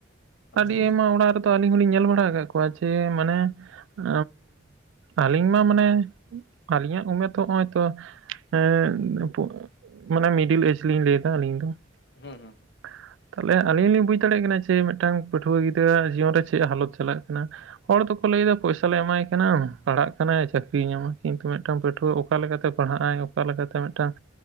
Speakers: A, on the left; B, on the right.
A: ᱟᱫᱚ
B: ᱟᱹᱰᱤ ᱟᱭᱢᱟ ᱚᱲᱟᱜ ᱨᱮ ᱫᱚᱼᱼᱼ ᱛᱚ ᱟᱞᱤᱧ ᱦᱚᱞᱤᱧ ᱧᱮᱞ ᱵᱟᱲᱟ ᱟᱠᱟᱫ ᱠᱚᱣᱟ ᱡᱮ ᱢᱟᱱᱮᱼᱼᱼ ᱩ ᱟᱹᱞᱤᱧ ᱢᱟ ᱢᱟᱱᱮ ᱟᱹᱞᱤᱧᱟᱜ ᱩᱢᱮᱨ ᱦᱚᱜᱼᱚᱭ ᱛᱚᱼᱼ ᱦᱮᱸ ᱢᱟᱱᱮ ᱢᱤᱰᱤᱞ ᱮᱡᱽ ᱞᱤᱧ ᱞᱟᱹᱭ ᱮᱫᱟ ᱟᱹᱞᱤᱧ ᱫᱚ᱾
A: ᱦᱩᱸ ᱦᱩᱸᱼᱼ
B: <inaudible> ᱛᱟᱦᱚᱞᱮ ᱟᱹᱞᱤᱧ ᱞᱤᱧ ᱵᱩᱡᱽ ᱫᱟᱲᱮᱭᱟᱜ ᱠᱟᱱᱟ ᱡᱮ ᱢᱤᱫᱴᱟᱱ ᱯᱟᱹᱴᱷᱩᱣᱟᱹ ᱜᱤᱫᱟᱹᱨ ᱡᱤᱭᱚᱱ ᱨᱮ ᱪᱮᱫ ᱦᱟᱞᱚᱛ ᱪᱟᱞᱟᱜ ᱠᱟᱱᱟ᱾ ᱦᱚᱲ ᱫᱚᱠᱚ ᱞᱟᱹᱭᱮᱫᱟ ᱯᱚᱭᱥᱟᱞᱮ ᱮᱢᱟᱭ ᱠᱟᱱᱟ ᱯᱟᱲᱦᱟᱜ ᱠᱟᱱᱟᱭ ᱪᱟᱹᱠᱨᱤᱭ ᱧᱟᱢᱟ ᱠᱤᱱᱛᱩ ᱢᱤᱫᱴᱟᱝ ᱯᱟᱹᱴᱷᱩᱣᱟᱹ ᱚᱠᱟ ᱞᱮᱠᱟᱛᱮᱼᱼᱼ ᱯᱟᱲᱦᱟᱜ ᱟᱭ ᱚᱠᱟ ᱞᱮᱠᱟᱛᱮ ᱢᱮᱜᱴᱟᱝ